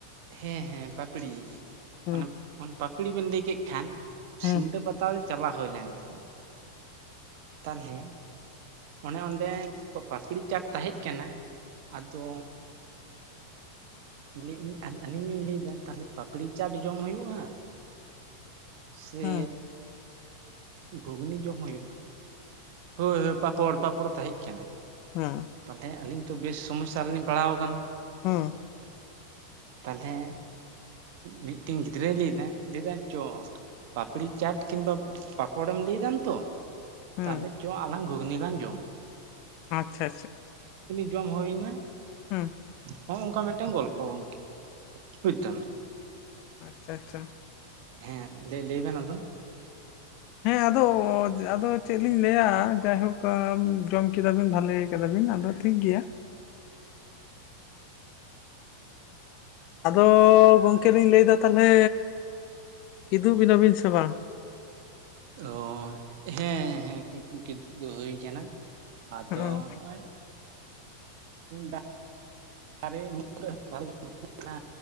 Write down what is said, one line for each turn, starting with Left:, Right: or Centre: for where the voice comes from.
Right: ᱦᱮᱸ ᱦᱮᱸ ᱯᱟᱯᱲᱤ
Left: ᱦᱮᱸ
Right: ᱚᱱᱟᱵ ᱚᱱ ᱯᱟᱯᱲᱤ ᱵᱮᱱ ᱞᱟᱹᱭ ᱠᱮᱫ ᱠᱷᱟᱱ
Left: ᱦᱮᱸ
Right: ᱥᱤᱞᱫᱟᱹ ᱯᱟᱛᱟ ᱨᱮ ᱪᱟᱞᱟ ᱦᱩᱭ ᱞᱮᱱ ᱛᱮ ᱛᱟᱞᱦᱮ ᱚᱱᱮ ᱚᱸᱰᱮ ᱯᱚ ᱯᱟᱯᱲᱤ ᱪᱟᱴ ᱛᱟᱦᱮᱸᱜ ᱠᱟᱱᱟ ᱟᱫᱚ ᱞᱤ ᱤ ᱟᱞ ᱟᱞᱤᱧ ᱞᱤᱧ ᱞᱟᱹᱭ ᱫᱟ ᱛᱟᱞᱦᱮ ᱯᱟᱯᱲᱤ ᱪᱟᱴ ᱡᱚᱢ ᱦᱩᱭᱩᱜᱼᱟ᱾ ᱥᱮᱻ
Left: ᱦᱮᱸ
Right: ᱜᱷᱩᱜᱽᱱᱤ ᱡᱚᱢ ᱦᱩᱭᱩᱜᱼᱟ, ᱦᱳᱭ ᱦᱳᱭ ᱯᱟᱯᱚᱲ ᱯᱟᱯᱚᱲ ᱛᱟᱦᱮᱸ ᱠᱟᱱᱟ᱾
Left: ᱦᱮᱸ
Right: ᱛᱟᱦᱚᱞᱮ ᱟᱹᱞᱤᱧ ᱛᱚ ᱵᱮᱥ ᱥᱚᱢᱚᱥᱥᱟ ᱨᱮᱞᱤᱧ ᱯᱟᱲᱟᱣ ᱠᱟᱱᱟ᱾
Left: ᱦᱮᱸ
Right: ᱛᱟᱞᱦᱮ ᱢᱤᱫᱴᱮᱱ ᱜᱤᱫᱽᱨᱟᱹᱭ ᱞᱟᱹᱭᱫᱟ ᱞᱟᱹᱭᱫᱟ ᱪᱚ ᱾ ᱯᱟᱯᱲᱤ ᱪᱟᱴ ᱠᱤᱱᱵᱟ ᱯᱟᱯᱚᱲᱮᱢ ᱞᱟᱹᱭ ᱫᱟᱢ ᱛᱚ?
Left: ᱦᱮᱸ
Right: ᱛᱟᱦᱚᱞᱮ ᱪᱚ ᱟᱞᱟᱝ ᱜᱷᱩᱜᱽᱱᱤ ᱞᱟᱝ ᱡᱚᱢᱟ ᱾
Left: ᱟᱪᱪᱷᱟ ᱪᱷᱟ ᱪᱷᱟ᱾
Right: ᱡᱚᱢ ᱦᱳᱭᱱᱟ᱾
Left: ᱦᱮᱸ᱾
Right: ᱦᱚᱸᱜᱼ ᱚ ᱚᱝᱠᱟ ᱢᱤᱫᱴᱮᱱ ᱜᱚᱞᱯᱷᱚ ᱜᱚᱝᱠᱮ ᱵᱩᱡᱽᱫᱟᱢ ᱾
Left: ᱪᱷᱟ ᱪᱷᱟ᱾
Right: ᱦᱮᱸ ᱞᱟᱹᱭ ᱞᱟᱹᱭ ᱵᱮᱱ ᱟᱫᱚ᱾
Left: ᱦᱮᱸ ᱟᱫᱚᱻ ᱟᱫᱚ ᱪᱮᱫ ᱞᱤᱧ ᱞᱟᱹᱭᱟ ᱡᱟᱭᱦᱳᱠ ᱡᱚᱢ ᱠᱮᱫᱟ ᱵᱤᱱ ᱵᱷᱟᱞᱮ ᱠᱮᱫᱟᱵᱤᱱ ᱟᱫᱚ ᱴᱷᱤᱠ ᱜᱮᱭᱟ᱾ ᱟᱫᱚᱻ ᱜᱚᱢᱠᱮ ᱞᱤᱧ ᱞᱟᱹᱭᱫᱟ ᱛᱟᱦᱚᱞᱮᱻ ᱠᱤᱫᱩᱵ ᱠᱮᱫᱟᱵᱤᱱ ᱥᱮ ᱵᱟᱝ?
Right: ᱚ ᱦᱮᱸ ᱦᱮᱸ ᱠᱤᱫᱩᱜ ᱦᱩᱭ ᱠᱟᱱᱟ᱾ ᱟᱫᱚ
Left: ᱦᱚᱸᱜᱼᱚ
Right: ᱚᱜᱼᱚᱭ ᱫᱟᱜ ᱫᱟᱨᱮ ᱩᱢᱩᱞ ᱠᱚᱨᱮ ᱦᱚᱸ ᱵᱷᱟᱜᱮ ᱵᱩᱡᱷᱳᱜ ᱠᱟᱱᱟ